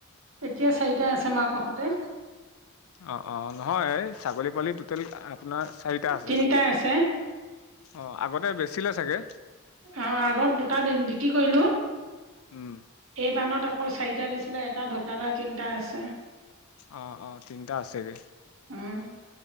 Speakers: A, on the right (about 70°); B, on the left (about 75°).
A: এতিয়া চাৰিটা আছে মাকহঁতে।
B: অ অ নহয় এই ছাগলী পোৱালি টোটেল আপোনাৰ চাৰিটা আছে।
A: তিনিটা আছে
B: অঁহ আগতে বেছিলে চাগে।
A: অ আগত দুটা বি বিক্ৰী কৰিলো।
B: উম।
A: এই বানট আকৌ চাৰিটা দিছিলে এটা ঢুকালে তিনিটা আছে।
B: অঁ অঁ তিনিটা আছেগৈ।
A: উমঁ!